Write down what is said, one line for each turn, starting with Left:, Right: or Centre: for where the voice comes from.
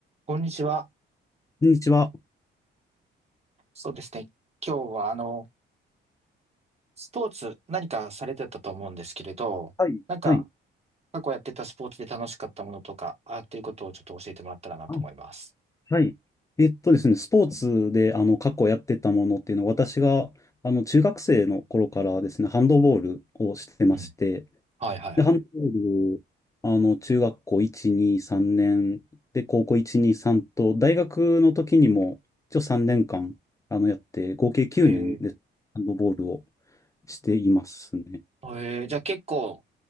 Right: こんにちは。
Left: こんにちは。
Right: そうですね。今日は、あの、スポーツ何かされてたと思うんですけれど、
Left: はい、
Right: なんか、
Left: はい。
Right: 過去やってたスポーツで楽しかったものとか、あっていうことをちょっと教えてもらったらなと思います。
Left: あ、はい。えっとですね、スポーツで、あの、過去やってたものっていうのは、私が、あの、中学生の頃からですね、ハンドボールをしてまして、
Right: うん。はいはいはい。
Left: で、ハンドボール、あの、中学校1、2、3年、で、高校1、2、3と、大学の時にも、一応3年間、あの、やって、合計9年で、
Right: え
Left: ハンドボールをしていますね。
Right: ー、えーじゃあ結構、